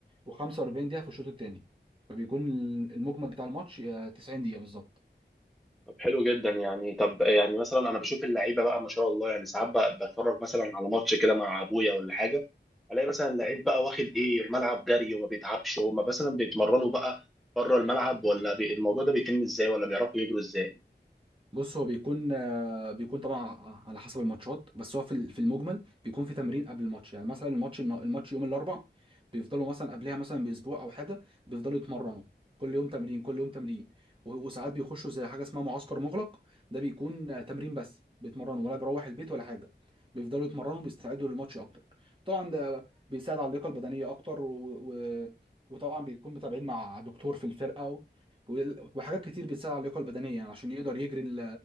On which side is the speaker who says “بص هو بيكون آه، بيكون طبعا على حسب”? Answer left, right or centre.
Right